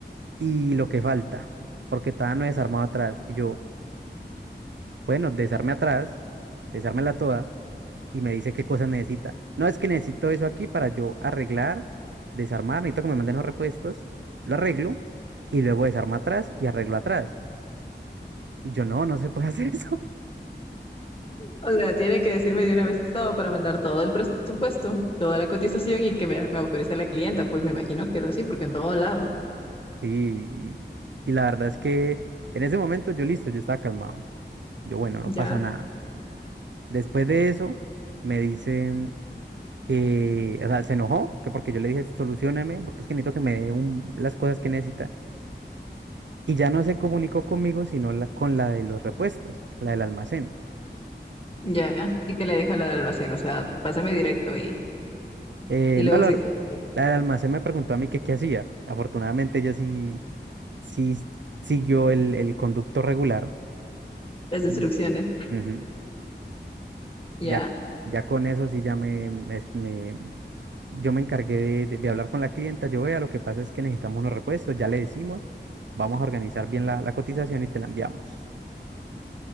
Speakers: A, on the right (about 80°); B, on the left (about 30°).
A: y lo que falta, porque todavía no he desarmado atrás. Y yo, bueno, desarme atrás, desármela toda y me dice qué cosas necesita. No, es que necesito eso aquí para yo arreglar, desarmar, necesito que me manden los repuestos, lo arreglo y luego desarma atrás y arreglo atrás. Y yo no, no se puede hacer <laughs> eso.
B: O sea, tiene que decirme de una vez todo para mandar todo el presupuesto, toda la cotización y que me, me autorice la clienta, pues me imagino que es así, porque en todo lado,
A: Sí, y, y la verdad es que en ese momento yo listo, yo estaba calmado. Yo, bueno, no
B: ya,
A: pasa nada. Después de eso, me dice que, o sea, se enojó, que porque yo le dije, solucioneme, porque es que necesito que me dé un- las cosas que necesita. Y ya no se comunicó conmigo, sino la- con la de los repuestos, la del almacén.
B: ya. Y que le dijo a la del almacén, o sea, pásame directo y,
A: Eh,
B: y luego
A: no, la,
B: se quedan
A: la del almacén me preguntó a mí que qué hacía. Afortunadamente ella sí, sí siguió el, el conducto regular
B: las instrucciones,
A: y ujú,
B: ya.
A: y ya, ya con eso sí ya me, me- me- yo me encargué de, de- de hablar con la clienta. Yo vea, lo que pasa es que necesitamos unos repuestos, ya le decimos, vamos a organizar bien la, la cotización y te la enviamos.